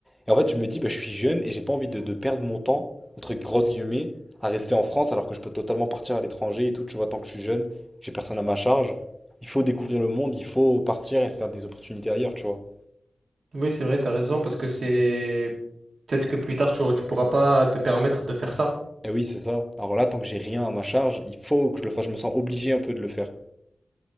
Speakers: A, in the centre; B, on the right.
A: Et en fait, je me dis, bah, je suis jeune et j'ai pas envie de, de perdre mon temps, entre grosses guillemets, à rester en France alors que je peux totalement partir à l'étranger et tout. Tu vois, tant que je suis jeune, j'ai personne à ma charge. Il faut découvrir le monde, il faut partir et se faire des opportunités ailleurs, tu vois.
B: Oui, c'est vrai, t'as raison, parce que c'est... Peut-être que plus tard, tu, tu pourras pas te permettre de faire ça.
A: et oui, c'est ça. Alors là, tant que j'ai rien à ma charge, il faut que je le fasse. Je me sens obligé un peu de le faire.